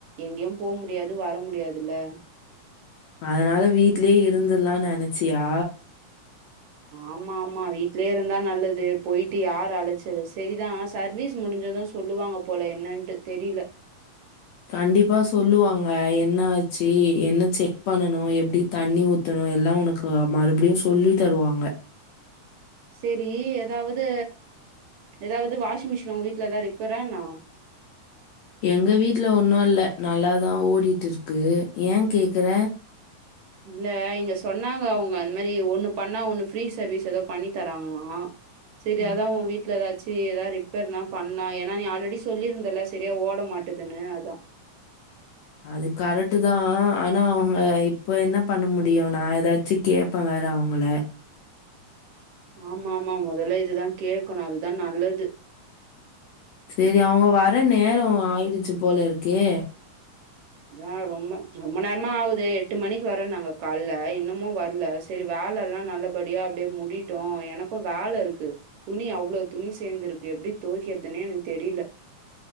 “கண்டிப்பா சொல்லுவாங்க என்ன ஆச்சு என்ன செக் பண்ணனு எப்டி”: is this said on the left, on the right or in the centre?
Left